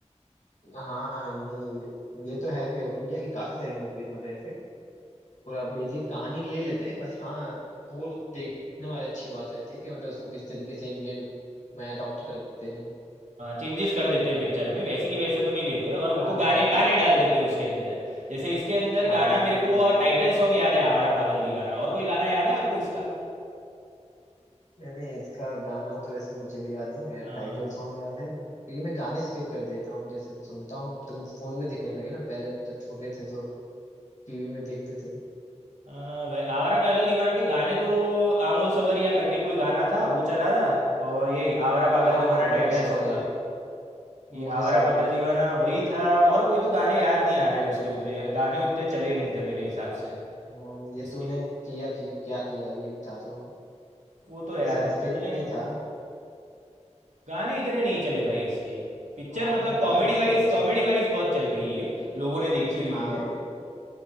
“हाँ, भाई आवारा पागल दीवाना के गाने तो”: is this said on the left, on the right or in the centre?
Right